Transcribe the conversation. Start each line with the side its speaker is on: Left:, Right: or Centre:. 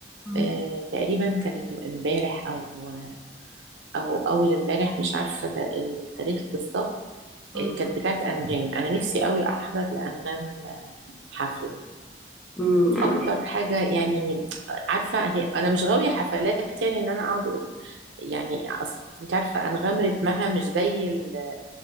Centre: مم.
Right: آه، تقريبا كانت م- امبارح او او اول امبارح مش عارفه ده التاريخ بالظبط
Centre: مم.
Right: آه، كانت بتاعت انغام انا نفسي قوي احضر لانغام حفله
Centre: امم انت
Right: اكتر حاجه يعني عارفه هي انا مش غاويه حفلات يعني ان انا اقعد أقول- يعني أصل انت عارفه انغام رتمها مش زي ال-